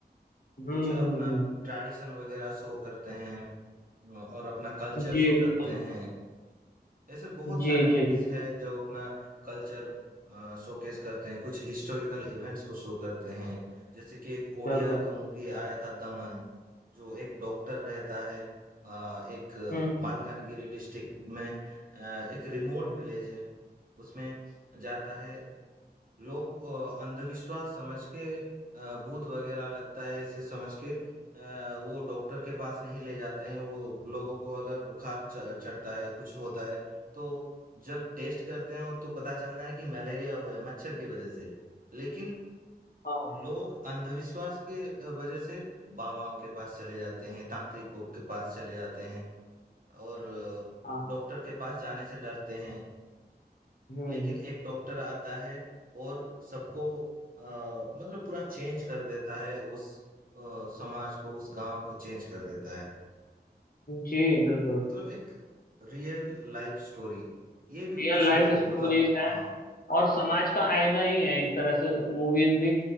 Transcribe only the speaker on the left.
हम्म
हम्म हम्म
जी
बिल्कुल
जी
जी जी
बिल्कुल
हम्म
हम्म,
हाँ
हाँ
हम्म
जी बिल्कुल
रियल
लाइफ
स्टोरीज
हैं
और समाज का आईना ही है एक तरह से मूवीज भी